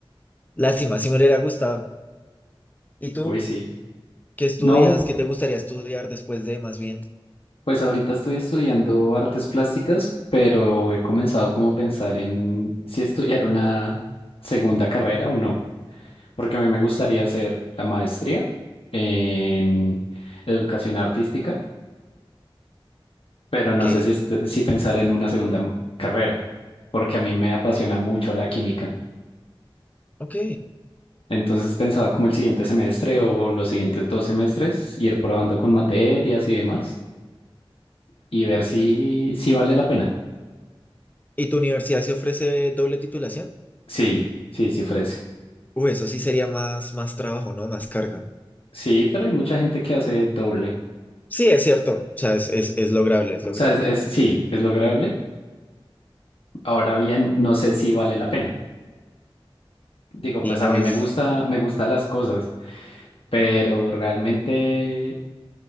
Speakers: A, on the left (about 15°); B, on the left (about 70°).
A: lástima, si me hubiera gustado. ¿Y tú
B: uy, sí.
A: qué estudias?
B: No,
A: ¿Qué te gustaría estudiar después de más bien?
B: Pues ahorita estoy estudiando artes plásticas, pero he comenzado como a pensar en si estudiar una segunda carrera o no, porque a mí me gustaría hacer la maestría en educación artística, pero
A: Ok,
B: no sé si, est- si pensar en una segunda m- carrera, porque a mí me apasiona mucho la química.
A: ok.
B: Entonces pensaba como el siguiente semestre o los siguientes dos semestres ir probando con materias y demás y ver si, si vale la pena.
A: ¿Y tu universidad se ofrece doble titulación?
B: Sí, sí, sí ofrece.
A: Uy, eso sí sería más, más trabajo, ¿no? Más carga.
B: Sí, pero hay mucha gente que hace doble.
A: Sí, es cierto. O sea, es, es, es lograble, es lograble.
B: O sea, es, es- sí, es lograble. Ahora bien, no sé si vale la pena. Digo,
A: Y
B: pues
A: no
B: a mí
A: es...
B: me gusta, me gustan las cosas, pero realmente